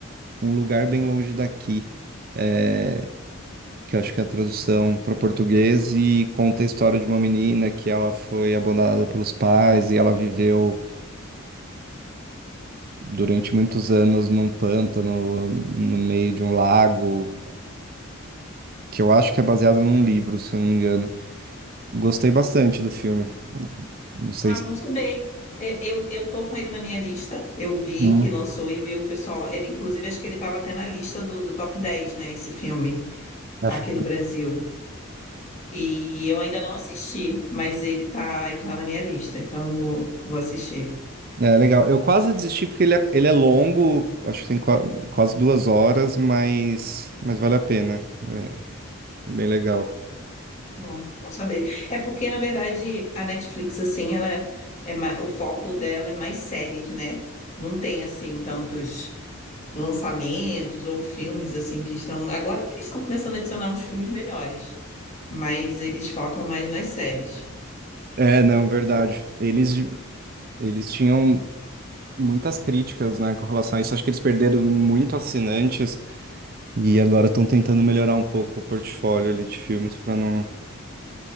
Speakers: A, on the right; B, on the left.
A: Um Lugar Bem Longe Daqui, é, que eu acho que é a tradução para português e conta a história de uma menina que ela foi abandonada pelos pais e ela viveu durante muitos anos num pântano no meio de um lago. que eu acho que é baseado num livro, se eu não me engano. Gostei bastante do filme. Não sei
B: Ah,
A: se.
B: bom saber. E- Eu, eu tô com ele na minha lista. Eu vi
A: Hum,
B: que lançou e vi o pessoal. Ele, inclusive, acho que ele estava até na lista do, do top 10, né? Esse filme
A: acho
B: aqui no
A: que
B: Brasil. E eu ainda não assisti, mas ele tá, ele tá na minha lista, então eu vou, vou assistir.
A: É legal. Eu quase desisti porque ele é, ele é longo, acho que tem qua- quase duas horas, mas, mas vale a pena. É é bem legal.
B: Bom, bom saber. É porque, na verdade, a Netflix, assim, ela é, é ma- o foco dela é mais séries, né? Não tem, assim, tantos lançamentos ou filmes, assim, que estão... Agora é que eles estão começando a adicionar uns filmes melhores, mas eles focam mais nas séries.
A: É, não, verdade. Eles, eles tinham muitas críticas, né, com relação a isso. Acho que eles perderam muito assinantes e agora estão tentando melhorar um pouco o portfólio ali de filmes para não,